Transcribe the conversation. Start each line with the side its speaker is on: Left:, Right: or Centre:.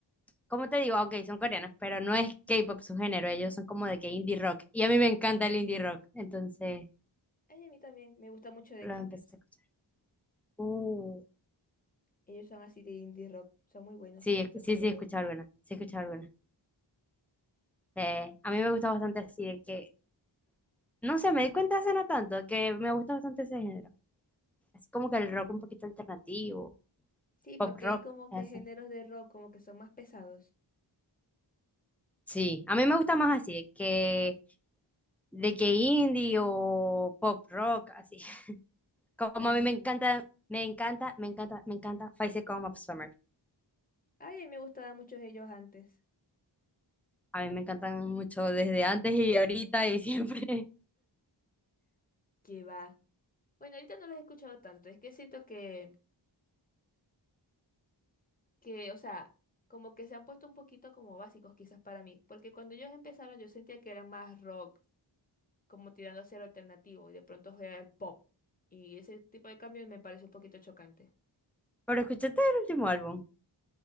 Centre: como te digo, ok, son coreanos, pero no es K-pop su género, ellos son como de que indie rock. Y a mí me encanta el indie rock, entonces
Left: Ay, a mí también me gusta mucho The
Centre: lo
Left: Killers.
Centre: empecé a escuchar. Uh,
Left: Ellos son así de indie rock, son muy buenos,
Centre: sí,
Left: te
Centre: es-
Left: los recomiendo.
Centre: sí, sí, he escuchado alguna, sí, he escuchado alguna. Eh, a mí me gusta bastante así de que, no sé, me di cuenta hace no tanto que me gusta bastante ese género. Así como que el rock un poquito alternativo,
Left: Sí, porque
Centre: pop rock,
Left: hay como que
Centre: eso.
Left: géneros de rock como que son más pesados.
Centre: Sí, a mí me gusta más así de que, de que indie o pop rock, así. <laughs> Como
Left: Llama
Centre: a mí
Left: así.
Centre: me encanta, me encanta, me encanta, me encanta Five Seconds of Summer.
Left: Ay, a mí me gustaban muchos ellos antes.
Centre: A mí me encantan mucho desde antes y ahorita y siempre.
Left: Que va. Bueno, ahorita no los he escuchado tanto, es que siento que que, o sea, como que se han puesto un poquito como básicos quizás para mí, porque cuando ellos empezaron yo sentía que eran más rock, como tirando hacia lo alternativo, y de pronto fue al pop, y ese tipo de cambio me parece un poquito chocante.
Centre: <laughs> Pero escúchate el último álbum,